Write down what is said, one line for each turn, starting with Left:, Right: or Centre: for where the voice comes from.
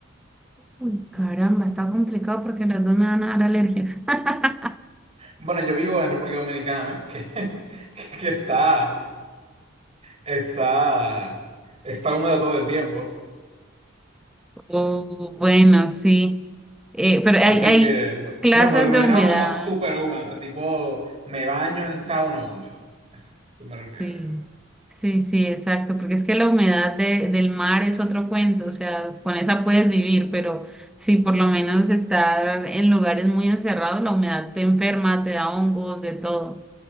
Centre: Uy, caramba, está complicado porque las dos me van a dar alergias. <laughs>
Right: Bueno, yo vivo en República Dominicana, que, <laughs> que que está... está, está húmedo todo el tiempo.
Centre: Oh, bueno, sí. Eh, pero
Right: Así
Centre: hay, hay
Right: que,
Centre: clases
Right: no, pero me imagino
Centre: de humedad.
Right: como súper húmedo, o sea, tipo, me baño en sauna húmedo. <laughs> Se me refiere.
Centre: Sí, sí, sí, exacto. Porque es que la humedad de- del mar es otro cuento. O sea, con esa puedes vivir, pero si por lo menos estar en lugares muy encerrados, la humedad te enferma, te da hongos, de todo.